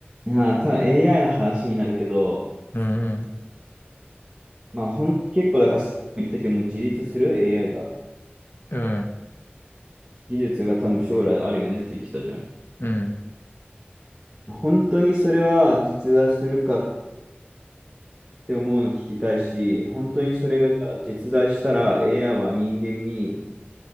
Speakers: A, on the right; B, on the left.
A: いやー、ただ AI の話になるけど、
B: うんうん、
A: まあ、ほん、結構、だから、言ったけど、もう自立する AI が、
B: うん、
A: 技術が多分将来あるよねって言ってたじゃん。
B: うん。
A: 本当にそれは実在するかって思うの聞きたいし、本当にそれがじゃあ実在したら AI は人間に